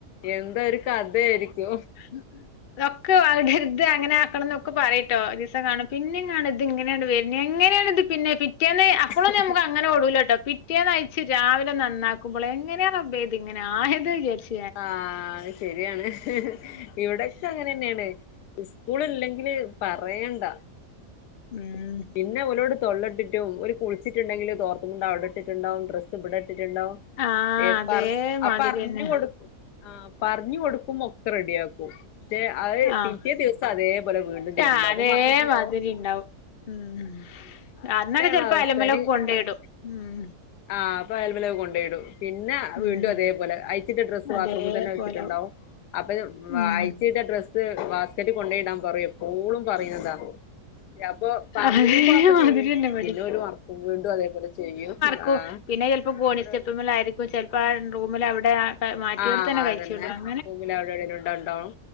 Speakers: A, on the left; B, on the left.
A: എന്താ ഒരു കഥയായിരിക്കും
B: ഉം <unintelligible> അതൊക്കെ അവിടെ ഇത് അങ്ങനെ ആക്കണം എന്നൊക്കെ പറയട്ടോ ദിവസം കാണും പിന്നെ കാണും ഇത് ഇങ്ങനെയാണ് വരണ് എങ്ങനെയാണ് ഇത് പിന്നെ പിറ്റേന്ന് ആഹ്
A: <unintelligible>
B: അങ്ങനെ ഓടൂലകേട്ടോ പിറ്റേന്ന് അയിച്ച് രാവിലെ നന്നാക്കുമ്പോൾ എങ്ങനെയാണ് റബ്ബേ ഇങ്ങനെ ആയത് വിചാരിച്
A: ആഹ് അത് ശെരിയാണ് ഇവിടൊക്കെ അങ്ങനെന്നെണ് സ്കൂളില്ലെങ്കില് പറയണ്ട
B: ഉം
A: പിന്നെ ഓലോട് തൊള്ളട്ടിട്ടും ഓല് കുളിച്ച്ട്ട്ണ്ടെങ്കില് തോർത്തുമുണ്ട് അവിടെട്ടിട്ട്ണ്ടാവും ഡ്രസ്സ് ഇബടെട്ടിട്ട്ണ്ടാവും
B: ആഹ്
A: ഏഹ്
B: അതേമാതിരിയന്നെ
A: പറ ആഹ് പറഞ്ഞു കൊടുക്കും ആഹ് പറഞ്ഞു കൊടുക്കുമ്പോ ഒക്കെ റെഡിയാക്കും പക്ഷേ അത് പിറ്റേ
B: ആഹ്
A: ദിവസം അതേപോലെ വീണ്ടും ചെയ്തിട്ടുണ്ടാവും
B: ആഹ് അതേമാതിരി
A: അപ്പൊ മറന്നിട്ടുണ്ടാവും
B: ഇണ്ടാവും ഉം
A: അതന്നെയാണ്
B: അന്നരം ചെലപ്പോ
A: അവസ്ഥ
B: അയലിമലൊക്കെ
A: അയിന്
B: കൊണ്ടോയിടും ഉം
A: ആഹ് അപ്പൊ അയലിമ്മലൊക്കെ കൊണ്ടോയിടും പിന്നെ
B: ഉം
A: വീണ്ടും അതേപോല അയിച്ചിട്ട ഡ്രസ്
B: അതേപോലാവും
A: ബാത്ത്റൂമിൽ തന്നെ വെച്ചിട്ടുണ്ടാവും അപ്പൊ
B: ഉം
A: അയിച്ചിട്ട ഡ്രസ് ഇത് ബാസ്ക്കറ്റ് കൊണ്ടോയിടാൻ പറയും എപ്പോഴും പറയുന്നതാ അപ്പൊ പറഞ്ഞയും
B: അതേമാതിരി
A: പാപ്പ ചെയ്യും
B: തന്നെ ഇവടിം
A: പിന്നെ ഒരു മർക്കും വീണ്ടും അതേപോലെ ചെയ്യും
B: ക്കുംപിന്നെ
A: ആഹ്
B: ചെലപ്പോ കോണി
A: അവരത്
B: സ്റ്റെപ്പിമ്മെലൊ ആയിരിക്കും ചിലപ്പോ
A: ആഹ്
B: ആ റൂമിൽ അവിടെ മാറ്റിയെടുത്ത്
A: ആഹ്
B: തന്നെ
A: അതന്നെ
B: കഴിച്ചു ഇടും
A: റൂമിൽ അവിടെ എവിടെങ്കിലുംണ്ടാവും